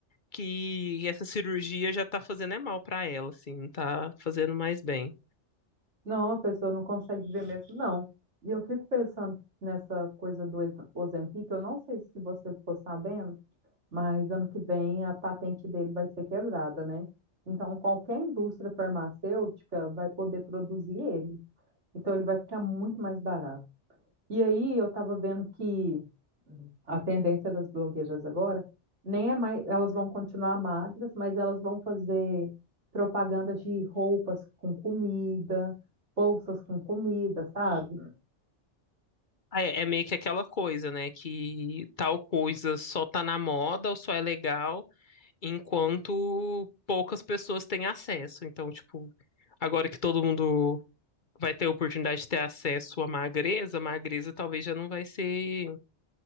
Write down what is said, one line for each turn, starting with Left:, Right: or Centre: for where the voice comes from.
Left: que essa cirurgia já tá fazendo é mal pra ela, assim, não tá fazendo mais bem.
Right: Não, a pessoa não consegue ver mesmo, não. E eu fico pensando nessa coisa do Ex- Ozempic, eu não sei se você ficou sabendo, mas ano que vem a patente dele vai ser quebrada, né? Então qualquer indústria farmacêutica vai poder produzir ele. Então ele vai ficar muito mais barato. E aí eu estava vendo que a tendência das blogueiras agora nem é mais, elas vão continuar magras, mas elas vão fazer propaganda de roupas com comida, bolsas com comida, sabe?
Left: Ah, É é meio que aquela coisa, né? Que tal coisa só tá na moda ou só é legal enquanto poucas pessoas têm acesso. Então, tipo, agora que todo mundo vai ter a oportunidade de ter acesso à magreza, a magreza talvez já não vai ser.